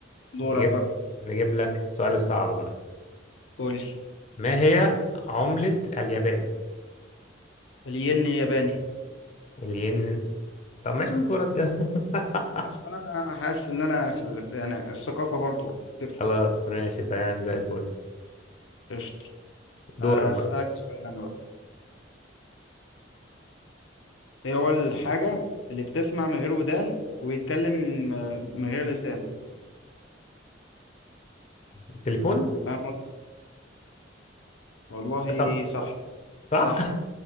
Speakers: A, on the left; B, on the left.
A: دورك
B: نجيب
A: بقى
B: نجيب لك السؤال الصعب بقى
A: قول لي
B: ما هي عملة اليابان
A: الين الياباني
B: الين طب ماشي اصبر كده. <laughs>
A: اصل انا حاسس ان انا في ال- يعني الثقافه برضو بتفرق
B: خلاص ماشي سلام زي الفل
A: قشطة
B: دورك
A: اسالك
B: بقى
A: سؤال انا بقى ايه هو الحاجه اللي بتسمع من غير ودان ويتكلم آه، من غير لسان
B: التليفون
A: فاهم قصدي؟ والله
B: طب
A: صح
B: طب صح
A: صح